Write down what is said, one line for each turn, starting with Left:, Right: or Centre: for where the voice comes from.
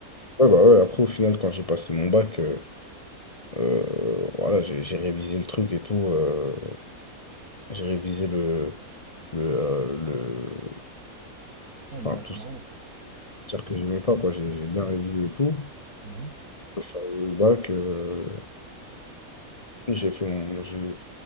Left: ouais, bah ouais, après, au final, quand j'ai passé mon bac, euh, euh, voilà, j'ai j'ai révisé le truc et tout. euh, j'ai révisé le, le, euh, le,
Right: Ouais, le
Left: enfin,
Right: baccalauréat,
Left: tout ça.
Right: quoi.
Left: C'est-à-dire que j'aimais pas, quoi. J'ai j'ai bien révisé et tout.
Right: Mhm.
Left: Je suis arrivé au bac, euh, j'ai fait mon- j'ai,